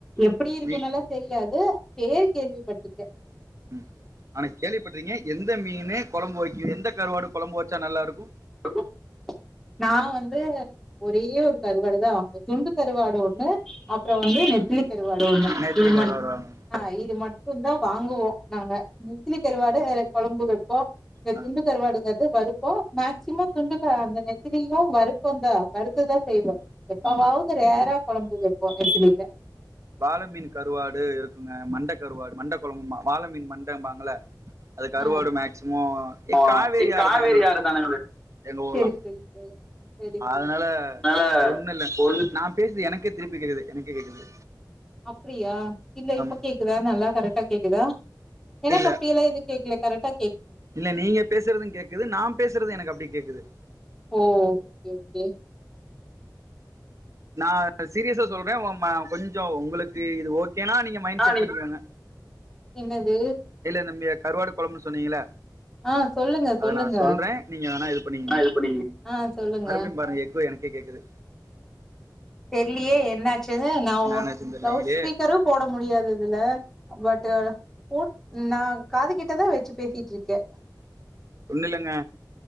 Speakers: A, in the centre; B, on the right.
A: எப்படி இருக்குன்னு
B: மீ
A: எல்லா தெரியாது பேர் கேள்விப்பட்டிருக்க
B: ம் ஆனா கேள்விப்பட்றீங்க எந்த மீன் கொழம்பு வைக்கு எந்த கருவாடு கொழம்பு வச்சா நல்லா இருக்கு
A: அப்போ நா வந்து ஒரே ஒரு கருவாடு தா வாங்குவே துண்டு கருவாடு ஒண்ணு அப்புற வந்து நெத்திலி கருவாடு ஒண்ணு
B: நேத்திலி
A: இது மட்டு
B: கருவாடு வாங்க
A: ஆ இது மட்டு தா வாங்குவோ நாங்க நெத்திலி கருவாடு கொழம்பு வப் இப்போ இந்த
B: ஆ
A: துண்டு கருவாடுங்க வருப்போ மேக்சிமம் துண்டு க அந்தந்த நெத்திலியு வருப்ப தா வருத்து தா செய்வோ எப்பவாவுது
B: ம்
A: ரேரா கொழம்பு வப்போ நெத்திலில
B: வாாலமீன் கருவாடு இருக்குங்க மண்ட கருவாடு மண்ட கொழம்பு ம்பா வாலமீன் மண்டம்பாங்க இல்ல ரஅதுக்கு
A: ஆ.
B: கருவாடு மேக்சிமம்
A: ஆ
B: காவேரி யாரு தானங்க வேறு
A: ஆறு தானங்க
B: எங்க
A: செரி
B: ஊர்லா
A: செரி செரி. செரி செரி.
B: அதனால
A: அதனால
B: ஒண்ணு இல்ல
A: ஒண்ணு
B: நா பேசறது எனக்கே திருப்பி கேக்குது எனக் கேக்குது
A: அப்படியா இல்ல இப்ப
B: ஆமா
A: கேக்குதா நல்லா கரெக்டா கேக்குதா எனக்கு
B: இல்ல
A: அப்படியெல்லா ஏது கேக்கல கரக்டா
B: இல்ல நீங்க பேசுறது கேக்குது நா பேசுறது எனக்கு அப்படியே கேக்குது
A: ஓ ஓகே ஓகே.
B: நான் சீரியஸா சொல்றே ம கொஞ்சோ உங்களுக்கு இது ஓக் கே நா நீங்க மைண்ட்
A: ஆ
B: செட்
A: நீங்க
B: பண்ணிக்கோங்க
A: என்னது?
B: இல்ல நம்பியா கருவாடு கொழம்புன்னு சொன்னீங்க இல்ல
A: ஆ சொல்லுங்க
B: அத
A: சொல்லுங்க.
B: நா சொல்றே நீங்க வேனா இது பண்ணிகீங்க
A: ஆ இது பண்ணீங்க ஆ சொல்லுங்க.
B: மறுபடியு பாருங்க எக்கோ எனக்கே கேக்குது
A: தெரிலியே என்னாச் சு நா
B: என்னாச்சுன்னு
A: வு
B: தெரியலைங்களே
A: லவுட் ஸ்பீக்கரு போட முடியாதது இதுல பட்டு ஃபோன் நா காது கிட்டதா வெச்சு பேசிட்டுருக்கே
B: ஒன்னிலங்க